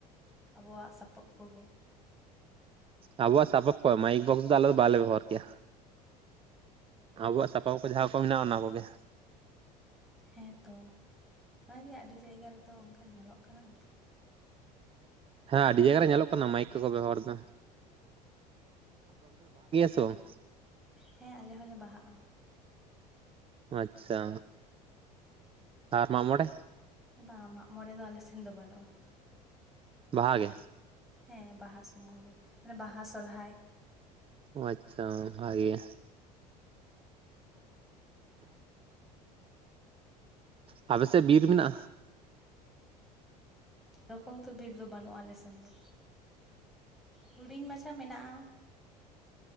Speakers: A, in the centre; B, on the right.
A: ᱟᱵᱚᱣᱟᱜ ᱥᱟᱯᱟᱯ ᱠᱚᱜᱮ
B: ᱟᱵᱚᱣᱟᱜ ᱥᱟᱯᱟᱯ ᱠᱚ ᱢᱟᱭᱤᱠ ᱵᱚᱠᱥ ᱫᱚ ᱟᱞᱮ ᱫᱚ ᱵᱟᱞᱮ ᱵᱮᱵᱚᱦᱟᱨ ᱠᱮᱭᱟ ᱟᱵᱚᱣᱟᱜ ᱥᱟᱯᱟᱯ ᱠᱚ ᱡᱟᱦᱟᱸ ᱠᱚ ᱢᱮᱱᱟᱜᱼᱟ ᱚᱱᱟ ᱠᱚᱜᱮ
A: ᱦᱮᱸ ᱛᱚ ᱦᱚᱭ ᱜᱮ ᱟᱹᱰᱤ ᱡᱟᱭᱜᱟ ᱨᱮᱛᱚ ᱚᱱᱠᱟ ᱧᱮᱞᱚᱜ ᱠᱟᱱᱟ
B: ᱦᱮᱸ ᱟᱹᱰᱤ ᱡᱟᱭᱜᱟ ᱨᱮ ᱧᱮᱞᱚᱜ ᱠᱟᱱᱟ ᱢᱟᱭᱤᱠ ᱠᱚᱠᱚ ᱵᱮᱵᱚᱦᱟᱨ ᱫᱟ ᱥᱮ ᱵᱟᱝ?
A: ᱦᱮᱸ ᱟᱞᱮ ᱦᱚᱸᱞᱮ ᱵᱟᱦᱟᱜᱼᱟ
B: ᱟᱪᱪᱷᱟ ᱟᱨ ᱢᱟᱜ ᱢᱚᱬᱮ
A: ᱟᱨ ᱦᱚᱸ ᱵᱟᱝ ᱢᱟᱜ ᱢᱚᱲᱮ ᱫᱚ ᱟᱞᱮ ᱥᱮᱱ ᱫᱚ ᱵᱟᱹᱱᱩᱜᱼᱟ
B: ᱵᱟᱦᱟ ᱜᱮ
A: ᱦᱮᱸ ᱵᱟᱦᱟ ᱥᱩᱢᱩᱝ ᱜᱮ ᱢᱟᱱᱮ ᱵᱟᱦᱟ ᱥᱚᱨᱦᱟᱭ
B: ᱚ ᱟᱪᱪᱷᱟ ᱵᱷᱟᱜᱮ ᱟᱯᱮᱥᱮᱫ ᱵᱤᱨ ᱢᱮᱱᱟᱜᱼᱟ
A: ᱨᱚᱠᱚᱢ ᱛᱚ ᱵᱤᱨ ᱫᱚ ᱵᱟᱹᱱᱩᱜ-ᱟ ᱟᱞᱮ ᱥᱮᱱ ᱫᱚ ᱦᱩᱰᱤᱧ ᱢᱟᱪᱷᱟ ᱢᱮᱱᱟᱜ-ᱟ